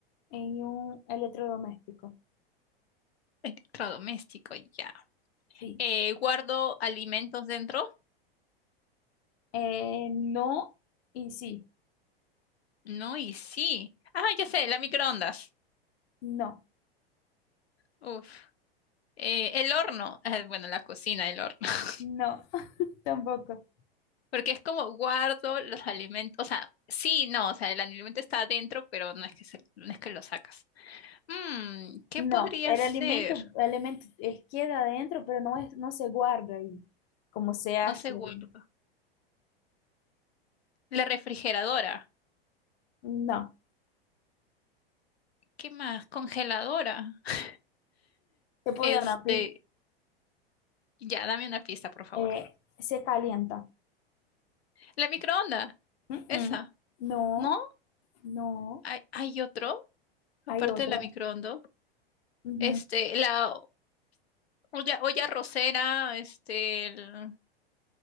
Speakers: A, on the left; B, on the left.
A: en un electrodoméstico.
B: Electrodoméstico, ya.
A: Sí.
B: Eh, ¿guardo alimentos dentro?
A: Eh, no y sí.
B: No, y sí. Ah, ya sé, la microondas.
A: No,
B: Uf. Eh, el horno, eh, bueno, la cocina, el horno. <laughs>
A: no, <laughs> tampoco.
B: Porque es como guardo los alimentos, o sea, sí, no, o sea, el alimento está adentro, pero no es que, se- no es que lo sacas. Mm, ¿qué
A: No,
B: podría
A: el
B: ser?
A: alimento, alimento es, queda adentro, pero no es, no se guarda ahí, como se hace.
B: No sé, guardo.
A: ahí.
B: La refrigeradora.
A: No,
B: ¿Qué más? Congeladora. <laughs>
A: te puedo
B: Este,
A: dar una pista.
B: Ya, dame una pista, por favor.
A: Eh, se calienta.
B: La microonda,
A: Mm-mm.
B: esa,
A: No,
B: ¿no?
A: no,
B: ¿Hay, hay otro, aparte
A: hay otro.
B: de la microonda?
A: Ujú.
B: Este, la o- olla, olla arrocera, este, el...